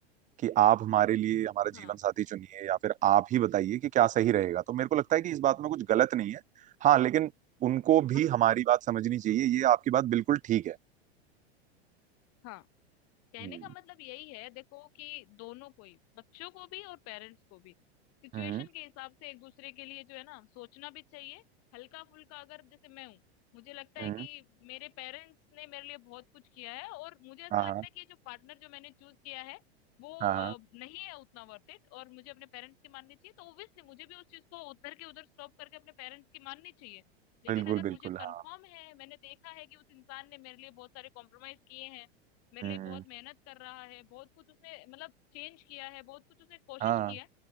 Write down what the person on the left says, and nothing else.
हाँ
अब-
हाँ कहने
का मतलब यही है देखो कि दोनों को ही बच्चों को भी और पेरेंट्स को भी सिचुएशन
के हिसाब से एक दूसरे के लिए जो है ना सोचना भी चाहिए हल्का फुल्का अगर जैसे मैं हूँ मुझे लगता है
कि मेरे पेरेंट्स ने मेरे लिए बहुत कुछ किया है और मुझे ऐसा
लगता
है कि ये जो पार्टनर जो मैंने चूज किया है वो
अ,
नहीं है उतना वर्थ इट और मुझे अपने पेरेंट्स की माननी चाहिए तो ओब्वियसली मुझे भी उस चीज को उधर के उधर स्टॉप करके अपने पेरेंट्स की माननी चाहिए लेकिन
अगर मुझे
कंफर्म
है मैंने देखा है कि उस इंसान ने मेरे लिए बहुत सारे कॉम्प्रोमाइज किए हैं मेरे
लिए बहुत मेहनत कर रहा है बहुत कुछ उसने मतलब चेंज किया है बहुत कुछ उसने कोशिश
किया है